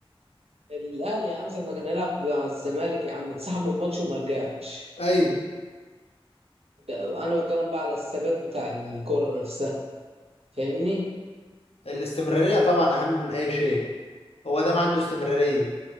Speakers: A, on the right; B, on the left.
A: الأهلي يا عم ساعة ما كان هيلعب مع الزمالك يا عم اتسحب من الماتش وما رجعش
B: ايوه
A: انا بتكلم بقى على الثبات بتاع الكرة نفسها فاهمني
B: الاستمرارية طبعا اهم من اي شيء هو ده ما عنده استمرارية